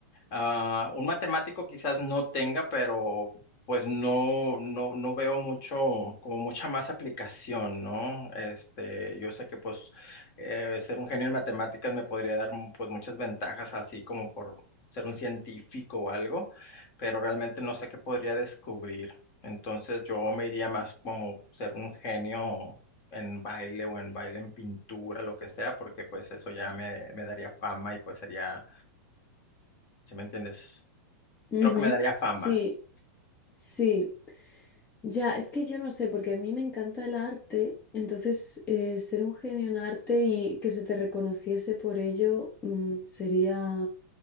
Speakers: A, on the left; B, on the left.
A: Ah, un matemático quizás no tenga, pero pues no, no, no veo mucho, como mucha más aplicación, ¿no? Este, yo sé que pues eh, ser un genio en matemáticas me podría dar mu- pues muchas ventajas, así como por ser un científico o algo, pero realmente no sé qué podría descubrir. Entonces yo me iría más como ser un genio en baile o en baile en pintura, lo que sea, porque pues eso ya me, me daría fama y pues sería, ¿sí me entiendes?
B: Ujú,
A: Creo que me daría fama.
B: Sí, Sí, ya, es que yo no sé, porque a mí me encanta el arte, entonces eh, ser un genio en arte y que se te reconociese por ello mm, sería,